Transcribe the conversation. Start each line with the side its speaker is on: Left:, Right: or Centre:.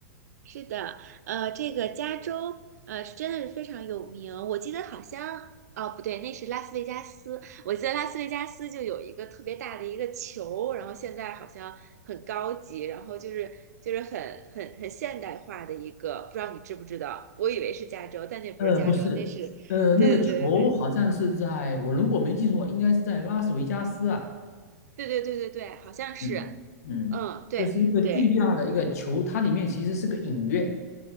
Right: 是的，呃，这个加州，呃，是真的是非常有名。我记得好像，哦，不对，那是拉斯维加斯。我记得拉斯维加斯就有一个特别大的一个球，然后现在好像很高级，然后就是就是很很很现代化的一个，不知道你知不知道？我以为是加州，但那不是加州，
Left: 呃，不是，
Right: 那是，
Left: 呃，
Right: 对对对对
Left: 那个球好像是在我如果没记错，应该是在拉斯维加斯啊，
Right: 对对对对对对，好像是，
Left: 嗯嗯就是一个巨大的一个球，
Right: 嗯，对对
Left: 它里面其实是个影院。